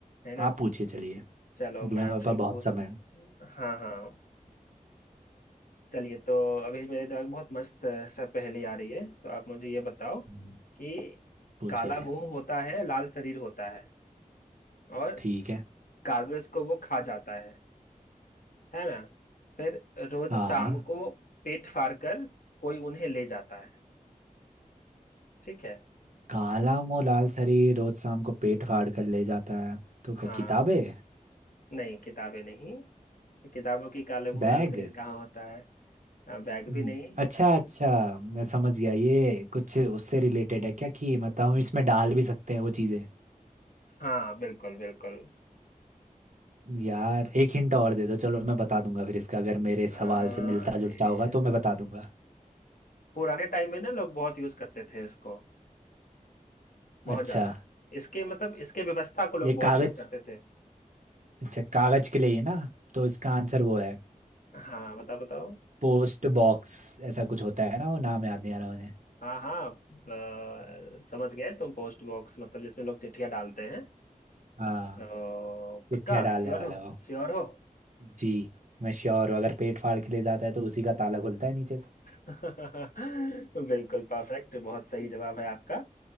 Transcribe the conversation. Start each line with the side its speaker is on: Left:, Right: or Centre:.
Left: है ना
Right: आप पूछिए चलिए
Left: चलो
Right: अभी
Left: मैं
Right: हमारे
Left: आपसे
Right: पास
Left: एक
Right: बहुत
Left: पूछ
Right: समय है
Left: हाँ हाँ चलिए तो अभी मेरे दिमाग में बहुत मस्त अ, सा पहेली आ रही है तो आप मुझे ये बताओ
Right: हम्म,
Left: कि
Right: पूछिए
Left: काला मुंह होता है लाल शरीर होता है और
Right: ठीक है
Left: कागज को वो खा जाता है है ना फिर रोज
Right: हाँ
Left: शाम को पेट फाड़ कर कोई उन्हें ले जाता है ठीक है
Right: काला मुंह लाल सरी रोज शाम को पेट फाड़ कर ले जाता है तो क्या
Left: हाँ
Right: किताबें
Left: नहीं किताबें नहीं किताबों की काले मुंह
Right: बैग
Left: लाल शरीर कहाँ होता है हाँ, बैग
Right: हम्म,
Left: भी नहीं
Right: अच्छा अच्छा मैं समझ गया ये कुछ उससे रिलेटेड है क्या कि मतलब हम इसमें डाल भी सकते हैं वो चीज़ें
Left: हाँ बिल्कुल बिल्कुल
Right: यार एक हिंट और दे दो चलो मैं बता दूंगा फिर इसका अगर मेरे
Left: आ,
Right: सवाल से मिलता जुलता
Left: ये-
Right: होगा तो मैं बता दूंगा
Left: पुराने टाइम में ना लोग बहुत यूज करते थे इसको बहुत
Right: अच्छा
Left: ज्यादा इसके मतलब इसके व्यवस्था को लोग
Right: ये
Left: बहुत
Right: कागज
Left: यूज करते थे
Right: अच्छा कागज के लिए ही ना तो इसका आंसर वो है
Left: हाँ बताओ बताओ
Right: पोस्ट बॉक्स ऐसा कुछ होता है ना वो नाम याद नहीं आ रहा मुझे
Left: हाँ हाँ अ, समझ गए तुम पोस्ट बॉक्स मतलब जिसमें लोग चिट्ठियां डालते हैं
Right: हाँ
Left: तो पक्का
Right: चिट्ठियाँ डालने
Left: श्योर
Right: वाला
Left: हो
Right: हो
Left: श्योर हो
Right: जी मैं श्योर हूँ अगर पेट फाड़ के ले जाता है तो उसी का ताला खुलता है नीचे से
Left: <laughs> बिल्कुल परफेक्ट बहुत सही जवाब है आपका